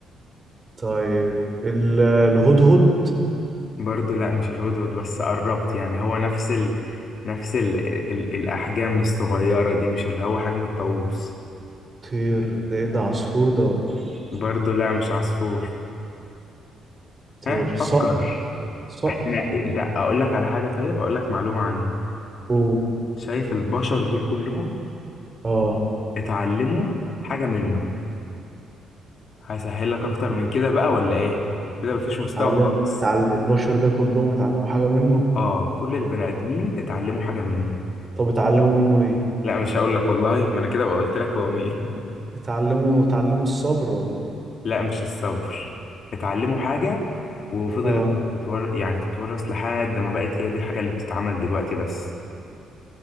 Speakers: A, on the right (about 30°); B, on the left (about 55°).
A: طيب ال- الهدهد
B: برضو لا مش الهدهد بس قربت يعني هو نفس ال... نفس ال... ال... الاحجام الصغيره دي مش اللي هو حجم الطاووس
A: طير ده ايه ده عصفور ده ولا ايه
B: برضو لا مش عصفور
A: طير
B: ها
A: صقر
B: فكر
A: صقر
B: احنا انت اقول لك على حاجه طيب هقول لك معلومه عنه
A: اوه
B: شايف البشر دول كلهم
A: اه
B: اتعلموا حاجه منه هسهل لك اكتر من كده بقى ولا ايه كده مفيش مستوى
A: اتعلم
B: خالص
A: اتعلم البشر ده كلهم اتعلموا حاجة منه
B: اه كل البني ادمين اتعلموا حاجه منه
A: طب اتعلموا منه ايه
B: لا مش هقول لك والله ما انا كده بقى قلت لك هو مين
A: اتعلموا اتعلموا الصبر ولا ايه
B: <laughs> لا مش الصبر اتعلموا حاجه وفضلت
A: اه
B: تتور... يعني تتورث لحد ما بقت هي دي الحاجه اللي بتتعمل دلوقتي بس